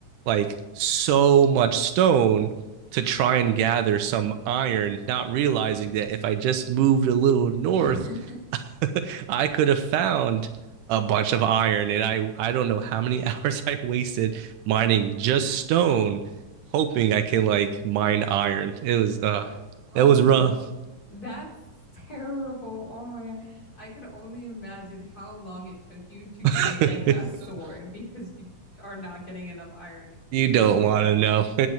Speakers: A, on the right; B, on the left.
A: like so much stone to try and gather some iron, not realizing that if I just moved a little north,
B: <laughs>
A: <laughs> I could have found a bunch of iron. And I, I don't know how many <laughs> hours I wasted mining just stone, hoping I can like mine iron. It was, uh,
B: Oh
A: that was rough.
B: no. That's terrible. Oh my God. I can only imagine how long it took you to
A: <laughs>
B: create like a sword because you are not getting enough iron
A: You
B: to even
A: don't
B: get
A: want
B: to that
A: to
B: point.
A: know.